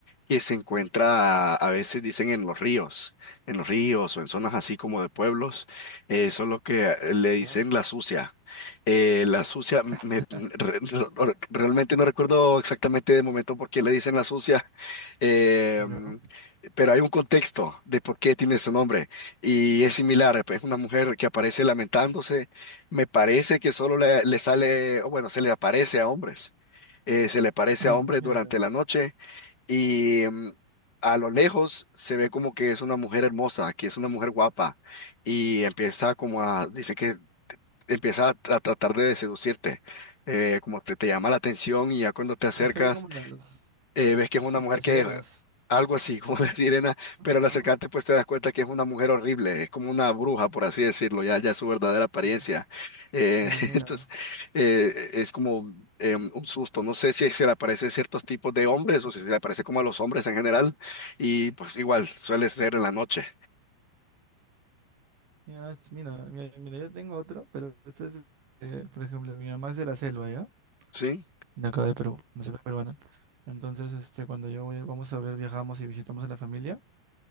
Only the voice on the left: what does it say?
que se encuentra, a a veces dicen, en los ríos, en los ríos o en zonas así como de pueblos. eh, Eso es lo que le dicen
la sucia. Eh, la sucia, m-
me- m- re- re- realmente no recuerdo exactamente de momento por qué le dicen la sucia, eh,
mm, pero hay un contexto de por qué tiene ese nombre y es similar. Es una mujer que aparece lamentándose me parece que solo le, le sale, o bueno, se le aparece a hombres. eh, se le aparece
a hombres
durante la noche y mm, a lo lejos se ve como que es una mujer hermosa, que es una mujer guapa y empieza como a, dice que empieza a, tra- tratar de seducirte, eh, como te, te llama la atención y ya cuando te acercas
eh, ves que es una
mujer
que
es algo así <laughs> como una sirena, pero
al acercarte pues te das cuenta que es una mujer horrible, es como una bruja, por así decirlo, ya, ya es su verdadera apariencia.
Eh,
<laughs>
entonces, eh, es como eh, un susto, no sé si se le aparece a ciertos tipos de hombres o si se le aparece como a los hombres en general, y pues igual suele ser en la noche,
¿sí?